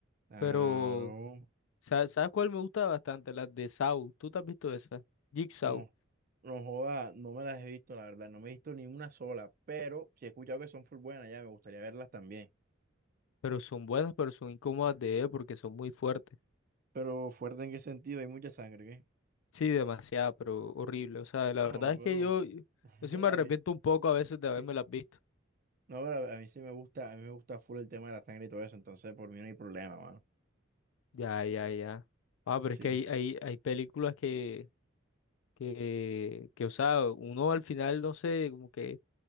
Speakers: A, on the right; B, on the left.
A: Claro.
B: Pero. Sa- ¿Sabes cuál me gusta bastante? Las de Saw. ¿Tú te has visto esas? Jigsaw.
A: No, no joda, no me las he visto, la verdad, no me he visto ni una sola, pero sí he escuchado que son full buenas, ya me gustaría verlas también.
B: Pero son buenas, pero son incómodas de ver porque son muy fuertes.
A: Pero fuerte en qué sentido, hay mucha sangre, ¿qué?
B: Sí, demasiado, pero horrible. O sea, la
A: No,
B: verdad es
A: pero
B: que yo, yo
A: <laughs>
B: sí
A: está
B: me arrepiento
A: bien.
B: un poco a veces de haberme
A: <laughs>
B: las visto.
A: No, pero a a mí sí me gusta, a mí me gusta full el tema de la sangre y todo eso, entonces por mí no hay problema, mano.
B: Ya, ya, ya. Ah, pero
A: Sí.
B: es que hay, hay, hay películas que, que, que, o sea, uno al final, no sé, como que,